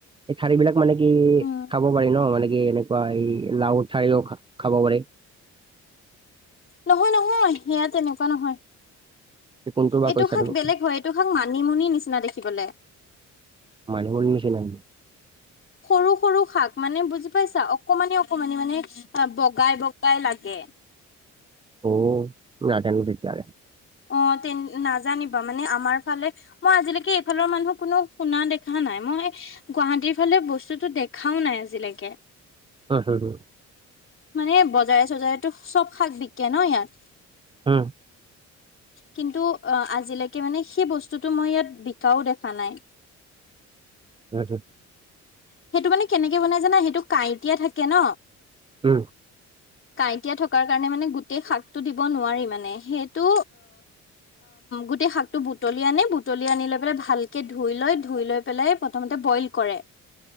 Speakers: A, on the right; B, on the left.
A: এই ঠাৰি বিলাক মানে কি
B: উম
A: খাব পাৰি ন? মানে কি এনেকুৱা এই লাও ঠাৰিও খ খাব পাৰি।
B: নহয়, নহয়। সেয়া তেনেকুৱা নহয়।
A: কোনটো বা
B: এইটো
A: কৈছা
B: শাক
A: তুমি
B: বেলেগ হয় এইটো শাক মানিমুনি নিচিনা দেখিবলে
A: মানিমুনি নিচিনা নি
B: সৰু সৰু শাক মানে বুজি পাইছা অকমানি অকমানি মানে বগাই বগাই লাগে এ
A: অ নাজানো তেতিয়াহলে
B: অ তে নাজানিবা মানে আমাৰ ফালে মই আজিলৈকে এইফালৰ মানুহ কোনো শুনা দেখা নাই মই গুৱাহাটীৰ ফালে বস্তুটো দেখাও নাই আজিলৈকে
A: হয় হয় হয়
B: মানে বজাৰে চজাৰেতো চব শাক বিকে ন ইয়াত
A: হুম
B: কিন্তু আজিলৈকে মানে সেই বস্তুতটো মই ইয়াত বিকাও দেখা নাই
A: সেইটোত
B: সেইটো মানে কেনেকে বনাই জানা সেইটো কাঁইটিয়া থাকে ন
A: উম
B: কাঁইটীয়া থকাৰ কাৰনে মানে গোটেই শাকটো দিব নোৱাৰি মানে সেইটো গোটেই শাকটো বুটলি আনে বুটলি আনি লৈ পেলাই ভালকৈ ধুই লৈ ধুই লৈ পেলাই প্ৰথমতে বইল কৰে